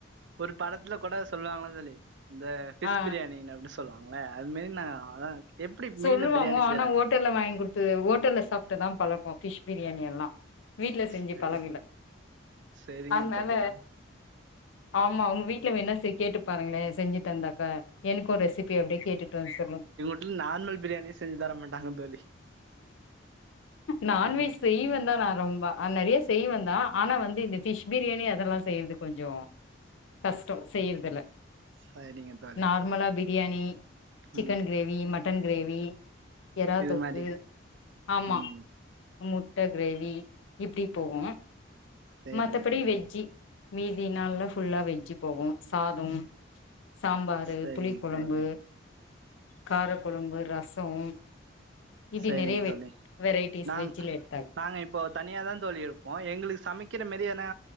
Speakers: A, on the right; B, on the left.
A: ஒரு படத்துல கூட சொல்லுவாங்கள தோழி இந்த ஃபிஷ்
B: ஆ
A: பிரியாணின்னு அப்டி சொல்லுவாங்கள அது மாரி நா அதா எப்டி
B: சொல்லுவாங்க
A: மீன்ல பிரியாணி செய்றா
B: ஆனா ஹோட்டல்ல வாங்கி குடுத்தது ஹோட்டல்ல சாப்ட்டுதா பழக்கோ ஃபிஷ் பிரியாணி எல்லா வீட்ல செஞ்சு
A: சரி
B: பழகில
A: சரிங்க
B: அத்னால
A: தோழி அது
B: ஆமா அவங்க வீட்ல வேண்னா கேட்டு பாருங்களே செஞ்சு தந்தாக்க எனக்கு ரெசிபி அப்டியே கேட்டுட்டு வந்து சொல்லுங்
A: ல் நார்மல் பிரியாணியே செஞ்சு தர மாட்டாங்க தோழி
B: நான்வெஜ்
A: எங்க
B: செய்வந்தா நா ரொம்ப ஆ நறையா செய்வந்தான் ஆனா வந்து இந்த ஃபிஷ் பிரியாணி அதெல்லா செய்றது கொஞ்சொ கஷ்டொ செய்றதுல்ல
A: சரிங்க தோழி
B: நார்மலா பிரியாணி சிக்கன்
A: ம்
B: க்ரேவி மட்டன் க்ரேவி எறா
A: இது
B: தொக்கு
A: மாரி
B: ஆமா
A: ம்
B: முட்ட கிரேவி இப்டி போவோ
A: சரிங்க
B: மத்தபடி
A: தோழி
B: வெஜ்ஜி மீதி நாள்ல ஃபுல்லா வெஜ்ஜி போவோ சாதம் சாம்பாரு
A: சரிங்க
B: புளிக் கொழம்பு
A: தோழி
B: காரக் கொழம்பு ரசோம் இப்டி
A: சேரிங்
B: நிறைய வெட்
A: தோழி
B: வெரைட்டிஸ்
A: நாங்
B: வெஜ்ஜில எட்த்தாங்
A: நாங்க இப்போ தனியாதாந் தோழி இருப்போ எங்ளுகு சமைக்கிற மேரி எனா